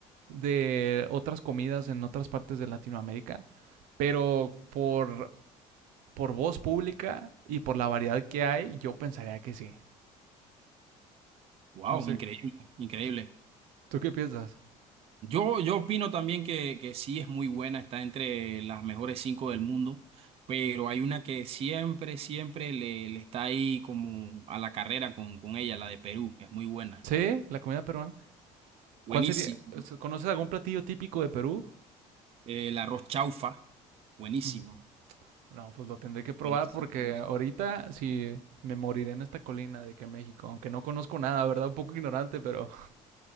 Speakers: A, on the right; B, on the right.
A: de otras comidas en otras partes de Latinoamérica, pero por, por voz pública y por la variedad que hay, yo pensaría que sí.
B: Wow,
A: No sé,
B: increíble, increíble.
A: ¿tú, tú qué piensas?
B: Yo, yo opino también que, que sí es muy buena, está entre las mejores cinco del mundo, pero hay una que siempre, siempre le, le está ahí como a la carrera con, con ella, la de Perú. Es muy buena.
A: ¿Sí? ¿La comida peruana?
B: Buenísimo.
A: ¿Cuál sería? o sea, ¿Conoces algún platillo típico de Perú?
B: Eh, El arroz chaufa, buenísimo,
A: Mm. No, pues lo tendré que probar
B: buenísimo,
A: porque
B: buenísimo.
A: ahorita sí me moriré en esta colina de que México, aunque no conozco nada, ¿verdad? Un poco ignorante, pero